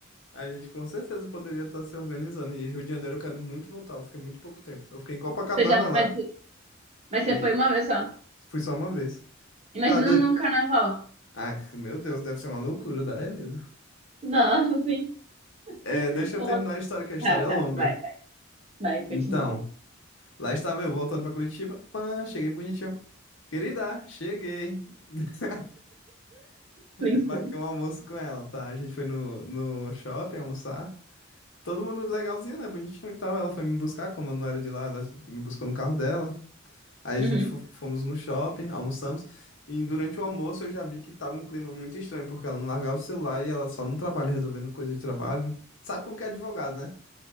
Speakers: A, on the left; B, on the right.
A: A gente com certeza poderia estar se organizando. E Rio de Janeiro eu quero muito voltar. Eu fiquei muito pouco tempo. Eu fiquei em Copacabana
B: Você já,
A: lá
B: mas, mas
A: e
B: você foi uma vez só.
A: fui só uma vez.
B: Imagina
A: Tá, de...
B: num carnaval.
A: Ai, meu Deus, deve ser uma loucura, dá é medo.
B: Nossa, sim.
A: É,
B: <laughs>
A: deixa eu terminar a história, que a história
B: Tá, tá,
A: é longa.
B: vai, vai, vai,
A: Então,
B: continua.
A: lá estava eu voltando pra Curitiba. Pã, cheguei bonitinho. Querida, cheguei. <laughs>
B: Flintstone.
A: Marquei um almoço com ela, tá? A gente foi no, no shopping almoçar. Todo mundo legalzinho, né? Bonitinho e tal. Ela foi me buscar, como eu não era de lá, ela me buscou no carro dela. Aí
B: Uhum.
A: a gente fo- fomos no shopping, almoçamos, e durante o almoço eu já vi que tava um clima muito estranho, porque ela não largava o celular e ela só no trabalho, resolvendo coisa de trabalho. Sabe como que é advogado, né?